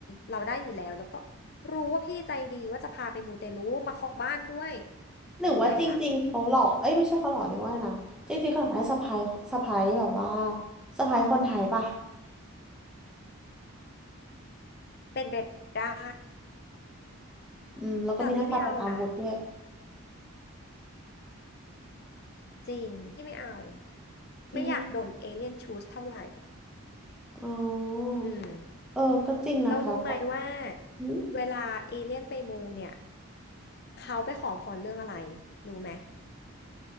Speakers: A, on the left (about 45°); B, in the centre.
A: เราได้อยู่แล้วแล้วก็รู้ว่าพี่ใจดีว่าจะพาไปมูเตลูมาขอบ้านด้วย
B: หรือว่าจริงๆเขาหล่อเอ้ยไม่ใช่เขาหล่อเลยกว่านะจริงๆเขาอยากได้สะใภ้สะใภ้แบบว่า
A: ยังไงล่ะ
B: สะใภ้คนไทยป่ะ
A: เป็นไปได้
B: อืมแล้วก็มีหน้าตาเป็นอาวุธด้วย
A: แต่พี่ไม่เอานะจริงพี่ไม่เอา
B: ที่ไม่
A: ไม่อยากโดนเอเลี่ยนชูสเท่าไหร่
B: อ๋อ
A: อืม
B: เออก็จริงนะคะเขา
A: เรารู้ไหมว่า
B: อืม
A: เวลาเอเลี่ยนไปมูเนี่ยเขาไปขอพรเรื่องอะไรรู้ไหม